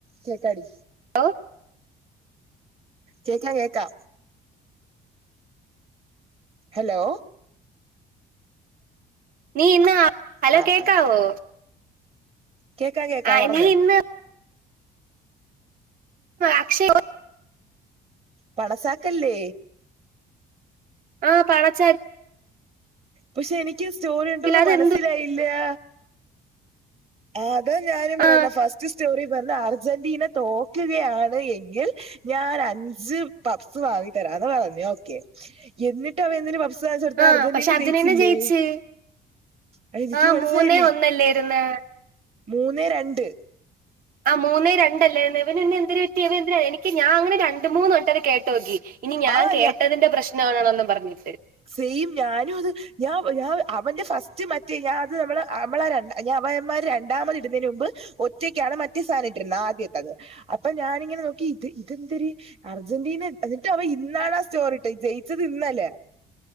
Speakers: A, on the right; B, on the right.
A: കേക്കാടി
B: <unintelligible>
A: കേക്കാം കേക്കാം ഹെലോ
B: നീ ഇന്നാ ഹലോ
A: ആ
B: കേക്കാവോ
A: ആ കേക്കാം കേക്കാം
B: ആ
A: പറഞ്ഞോ
B: നീ ഇന്ന് അക്ഷയ്
A: പണസാക്കല്ലേ
B: ആഹ് പണച്ചാ
A: പക്ഷെ എനിക്കാ സ്റ്റോറി കണ്ട്ട്ടാെന്നും
B: അതെന്തു
A: മനസ്സിലായില്ലാ ആഹ് അതാ ഞാനും പറയ്ന്നേ
B: ആ
A: ഫസ്റ്റ് സ്റ്റോറി തന്നെ അർജന്റീന തോക്ക്കയാണ് എങ്കിൽ ഞാനഞ്ച് പപ്പ്സ് വാങ്ങി തരാന്ന് പറഞ്ഞു ഓക്കെ എന്നിട്ടവൻ എന്തിന് പപ്പ്സ് വാങ്ങിച്ച് കൊട്ത്തേ
B: ആ
A: അർജന്റീന
B: പക്ഷെ
A: ജയിച്ചില്ലേ
B: ജയിച്ച്
A: അത് എനിക്ക്
B: ആ
A: മനസ്സിലായില്ലേ
B: മൂന്നേ ഒന്നല്ലേര്ന്ന്
A: മൂന്നേ രണ്ട്
B: ആഹ് മൂന്നേ രണ്ടല്ലേന്ന് ഇവെന് പിന്നെ എന്തെര് പെറ്റി ഇവൻ എന്തിനാ എനിക്ക് ഞാ അങ്ങനെ രണ്ട് മൂന്ന് വട്ടത് കേട്ടോക്കി ഇനി ഞാൻ
A: ആ
B: കേട്ടതിന്റെ
A: ഞാ
B: പ്രശ്നാണാേണെന്നും പറെഞ്ഞിട്ട്
A: സെയിം ഞാനും അത് ഞാൻ ഞാ അവന്റെ ഫസ്റ്റ് മറ്റേ ഞാൻ അത് നമ്മള് നമ്മളെ രണ്ട ഞാൻ അവെന്മാര് രണ്ടാമത് ഇട്ന്നേയ്ന് മുമ്പ് ഒറ്റെയ്ക്കാണ് മറ്റേ സാനം ഇട്ടിര്ന്നേ ആദ്യത്തത് അപ്പം ഞാനിങ്ങെനെ നോക്കി ഇത് ഇതെന്തെര് അർജന്റീന എന്നിട്ട് അവൻ ഇന്നാണാ സ്റ്റോറിട്ടേ ജയിച്ചെത് ഇന്നെലേ